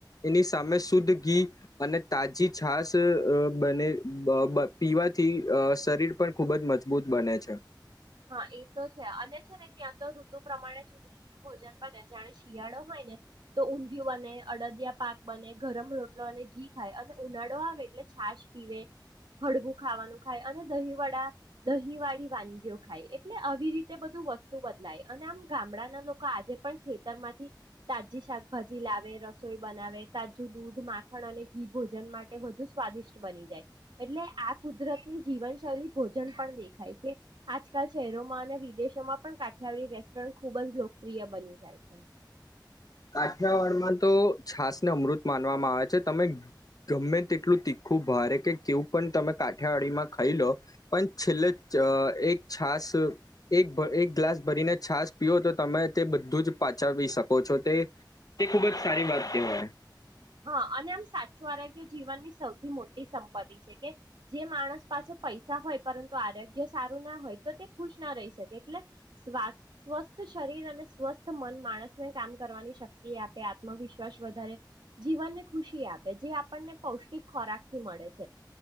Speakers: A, on the left (about 50°); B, on the right (about 80°).
A: એની સામે શુદ્ધ ઘી અને તાજી છાસ બને બ પીવાથી અહ શરીર પણ ખૂબજ મજબૂત બને છે.
B: હા, એતો છે અને છે ને ત્યાં તો ઋતુ પ્રમાણે જુદું જુ ભોજન બને. જાણે શિયાળો હોય ને તો ઊંધિયું બને, અડદિયા પાક બને, ગરમ રોટલો અને ઘી ખાય અને ઉનાળો આવે એટલે છાશ પીવે, ફળગું ખાવાનું ખાય અને દહીં વળ દહીંવાળી વાનગીઓ ખાય એટલે આવી રીતે બધું વસ્તુ બદલાય અને આમ ગામડાના લોકો આજે પણ ખેતર માંથી તાજી શાકભાજી લાવે, રસોઈ બનાવે, તાજું દૂધ માખણ અને ઘી ભોજન માટે વધુ સ્વાદિષ્ટ બની જાય એટલે આ કુદરતની જીવનશૈલી ભોજન પણ દેખાય કે આજકાલ શહેરોમાં અને વિદેશ માં પણ કાઠિયાડી રેસ્ટોરન્ટ ખુબજ લોકપ્રિય બની જાય છે.
A: કાઠિયાવાડમાં તો છાસને અમૃત માનવામાં આવે છે. તમે ગમે તેટલું તીખું ભારે કે કેવું પણ તમે કાઠિયાવાડીમાં ખાઈ લો પણ છેલ્લે એક છાસ એક એક ગ્લાસ ભરીને છાસ પીઓ તો તમે તે બધું જ પાચાવી શકો છો. તે, તે ખુબજ સારી વાત કેહવાય.
B: હા અને આમ સાચું આરોગ્ય જીવનની સૌથી મોટી સંપત્તિ છે કે જે માણસ પાસે પૈસા હોય પરંતુ આરોગ્ય સારું ના હોય તો તે ખુશ ના રહી શકે એટલે સ્ સ્વસ્થ શરીર અને સ્વસ્થ મન માણસને કામ કરવાની શક્તિ આપે, આત્મવિશ્વાસ વધારે જીવન ને ખુશી આપે જે આપણને પૌષ્ટિક ખોરાક થી મળે છે,